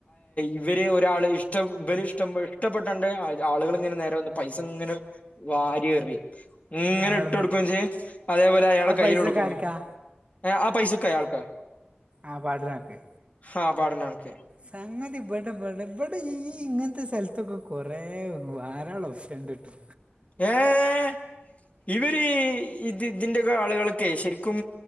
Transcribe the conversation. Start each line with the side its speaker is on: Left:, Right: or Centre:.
Left: ഇവര് ഒ ഒരാള് ഇഷ്ടം ബലിഷ്ടം ഇഷ്ടപ്പെട്ടണ്ട് ആളുകൾ ഇങ്ങനെ നേരെ വന്ന് പൈസ ഇങ്ങനെ വാരിയെറി ഇങ്ങനെ
Right: അയാൾ
Left: ഇട്ട്
Right: മരി
Left: കൊടുക്കുചെയ്യും അതേപോലെ അയാൾടെ
Right: ആ
Left: കൈൽ
Right: പൈസ
Left: കൊടുക്കുമ്പോ
Right: ഒക്കെ ആർക്കാ
Left: ആ പൈസൊക്കെ അയാൾക്കാ
Right: ആ പാടിനക്ക്
Left: ആഹ് പഠനൊക്കെ
Right: സംഗതി ബടബട ബ ഈ ഇങ്ങൻത്തെ സ്ഥലത്തൊക്കെ കൊറേ വാരാള്ളെ ഒപ്ഷനിണ്ടിട്ടൊ
Left: ഏഹ് ഇവരീ ഇത് ഇതിന്റെക്കെ ആളുകൾക്കെ ശരിക്കും